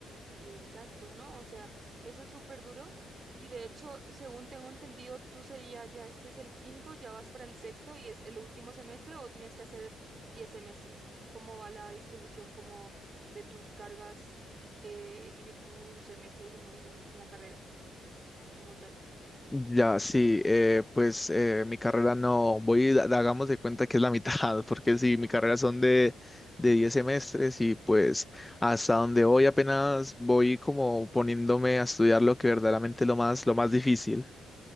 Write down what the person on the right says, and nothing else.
Exacto, ¿no? O sea, eso es súper duro. Y de hecho, según tengo entendido, tú sería ya este es el quinto, ya vas para el sexto y es el último semestre o tienes que hacer 10 semestres. ¿Cómo va la distribución como de tus cargas eh, y de tus semestres en el, en la carrera como tal?